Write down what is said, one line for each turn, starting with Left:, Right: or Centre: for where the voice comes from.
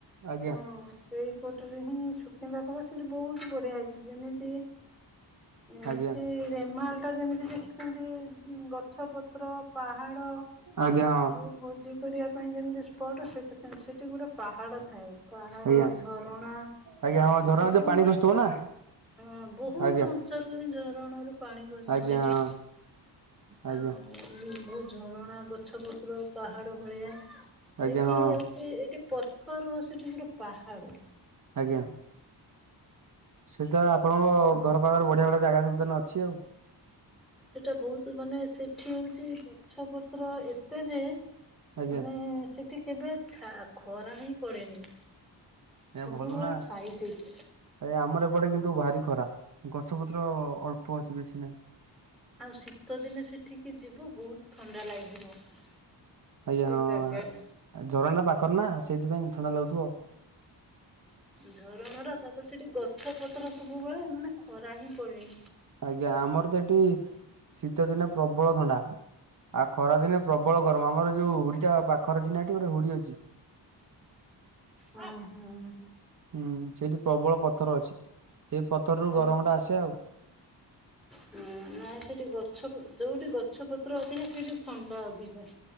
Right: ଆଜ୍ଞା
Centre: ହଁ ସେଇପଟରେ ହିଁ ସୁକିନ୍ଦା ପାଖ ସେଇଠି ବହୁତ ବଢିଆ ହେଇଛି ଯେମିତି ଏଠି
Right: ଆଜ୍ଞା
Centre: ରେମାଲ ଟା ଯେମିତି ଦେଖିଛନ୍ତି ଗଛପତ ର ପାହାଡ
Right: ଆଜ୍ଞା ହଁ।
Centre: ଯୋଉ ଭୋଜି କରିବା ପାଇଁ ଯେମିତି ସ୍ପଟ ସେଠି ସେମିତି ସେଠି ଗୋଟେ ପାହାଡ ଥାଏ। ପାହାଡ଼,
Right: ଆଜ୍ଞା
Centre: ଝରଣା।
Right: ଆଜ୍ଞା ହଁ ଝରଣାରେ
Centre: ବହୁତ
Right: ଯୋଉ ପାଣି ଖସୁଥିବ ନା?
Centre: ହଁ ବହୁତ
Right: ଆଜ୍ଞା
Centre: ଉଞ୍ଚାରୁ ହିଁ ଝରଣା ରୁ ପାଣି ଖସୁଛି
Right: ଆଜ୍ଞା
Centre: ଏଠି।
Right: ହଁ ଆଜ୍ଞା
Centre: ଆଉ ବହୁତ ଝରଣା ଗଛପତ୍ର ପାହାଡ ଭଳିଆ।
Right: ଆଜ୍ଞା
Centre: ଏଠି
Right: ହଁ
Centre: ହଉଛି ଏଠି ପଥର ସେଠି ପୂରା ପାହାଡ।
Right: ଆଜ୍ଞା ସେଟା ଆପଣଙ୍କ ଘର ପାଖରେ ବଢିଆ ବଢିଆ ଜାଗା ସବୁ ତା ହେଲେ ଅଛି ଆଉ।
Centre: ସେଇଟା ବହୁତ ମାନେ ସେଠି ହଉଛି ଗଛ ପତ୍ର ଏତେ ଯେ
Right: ଆଜ୍ଞା
Centre: ମାନେ ସେଠି କେବେ ଛା ଖରା ହିଁ ପଡେନି।
Right: ନାହିଁ
Centre: ସବୁବେଳେ
Right: ଭଲ ନା।
Centre: ଛାଇ ସେଇଠି
Right: ଆଜ୍ଞା ଆମର ଏପଟେ କିନ୍ତୁ ଭାରି ଖରା ଗଛ ପତ୍ର ଅଳ୍ପ ଅଛି ବେଶୀ ନାହିଁ।
Centre: ଆଉ ଶୀତ ଦିନେ ସେଠିକି ଯିବୁ ବହୁତ ଥଣ୍ଡା ଲାଗିବ। ମାନେ
Right: ଆଜ୍ଞା
Centre: ସେଇ
Right: ହଁ
Centre: ଜାଗାଟା।
Right: ଝରଣା ପାଖରେ ନା ସେଇଥିପାଇଁ ଥଣ୍ଡା ଲାଗୁଥିବ ଆଉ।
Centre: ଝରଣା ର ତାପରେ ସେଠି ଗଛ ପତ୍ର ସବୁବେଳେ ମାନେ ଖରା ହିଁ ପଡେନି।
Right: ଆଜ୍ଞା ଆମର ତ ଏଠି ଶୀତ ଦିନେ ପ୍ରବଳ ଥଣ୍ଡା ଆଉ ଖରା ଦିନେ ପ୍ରବଳ ଗରମ ଆମର ଯୋଉ ହୁଡି ଟା ପାଖରେ ଅଛି ନା ଗୋଟ ହୁଡି ଅଛି।
Centre: ଉଁ ହୁଁ।
Right: ହୁଁ ସେଠି ପ୍ରବଳ ପଥର ଅଛି ସେଇ ପଥରରୁୁ
Centre: ହୁଁ
Right: ଗରମ ଟା ଆସେ ଆଉ।
Centre: ନାଇଁ ସେଠି ଗଛ ଯୋଉଠି ଗଛପତ୍ର ଅଧିକା ସେଇଠି ଥଣ୍ଡା ଅଧିକା।